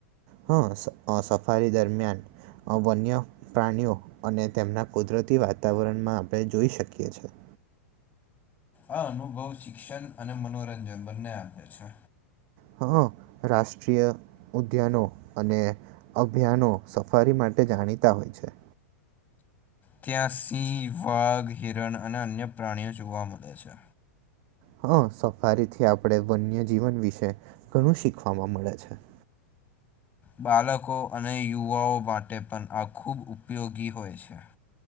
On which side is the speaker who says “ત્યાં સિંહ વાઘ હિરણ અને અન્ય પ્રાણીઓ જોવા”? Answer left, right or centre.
Left